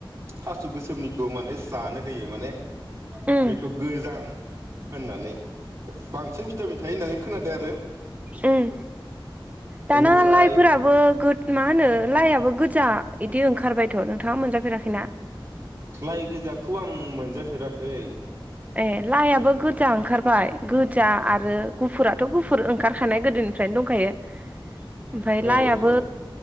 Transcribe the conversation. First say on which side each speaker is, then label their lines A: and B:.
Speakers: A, on the right; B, on the right.
A: थास' गोसोमनिखौ माने जानो होयो माने,
B: उम
A: बेखौ गोजां होननानै बांसिन भिटामिन थायो होननानै खोनादों आरो
B: ओम
A: बेनिफ्राय
B: दाना लाइफोराबो गो माहोनो लाइ फोराबो गोजा बिदि ओखारबायथ' नोंथाङा मोनजा फेराखैना?
A: लाइ गोजाखौ आं मोनजाफेराखै,
B: ए लाइआबो गोजा ओंखारबाय गोजा आरो गुफुराथ' गुफुर ओंखारखानाय गोदोनिफ्रायनो दंखायो, ओमफ्राय लाइआबो
A: औ औ